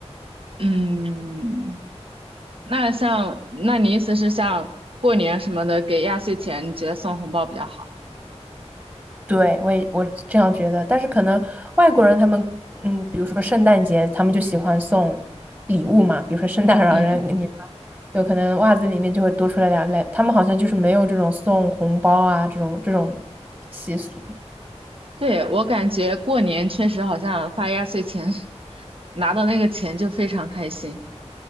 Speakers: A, on the right; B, on the right.
A: 嗯，那像，那你意思是像过年什么的给压岁钱，你觉得送红包比较好？
B: 对，我也我这样觉得，但是可能外国人他们，嗯，比如说圣诞节，他们就喜欢送礼物嘛，比如说圣诞老人给你，
A: 嗯，
B: 有可能袜子里面就会多出来两类，他们好像就是没有这种送红包啊这种这种习俗，
A: 对，我感觉过年确实好像发压岁钱，<laughs> 拿到那个钱就非常开心，